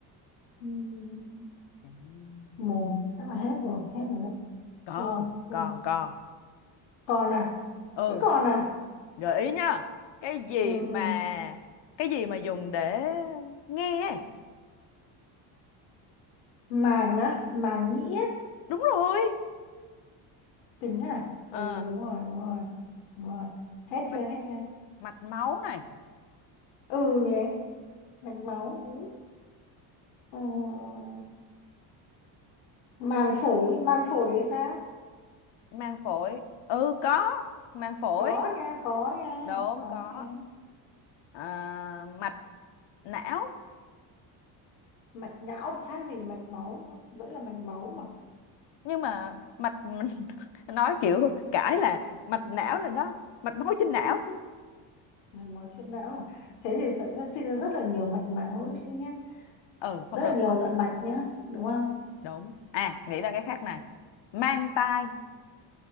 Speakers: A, on the left (about 75°); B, on the left (about 60°).
A: ừm,
B: Ừm,
A: mồm chắc là hết rồi hết rồi đấy
B: con
A: thua thua
B: con con
A: còn à
B: ừ
A: vẫn còn à
B: gợi ý nhá cái gì
A: ừ
B: mà
A: ừ
B: cái gì mà dùng để nghe
A: màng á màng nhĩ á
B: đúng rồi
A: tính à ừ
B: ờ
A: đúng rồi đúng rồi đúng rồi hết
B: mạch
A: chưa hết chưa
B: mạch máu này
A: ừ nhỉ mạch máu đúng ừ. màng phổi màng phổi thì sao
B: mang phổi ừ có mang phổi
A: có nha có nha
B: đúng
A: có
B: có
A: nha
B: à, mạch não
A: mạch não thì khác gì mạch máu nó vẫn là mạch máu mà
B: nhưng mà mạch <laughs> nói kiểu cãi là mạch não là nó mạch máu trên não
A: <laughs> mạch máu trên não à thế thì sẽ sẽ sinh ra rất là nhiều mạch máu sinh nhá
B: ừ không
A: rất
B: được
A: là nhiều
B: thôi
A: loại mạch nhá đúng không
B: đúng à nghĩ ra cái khác này mang tai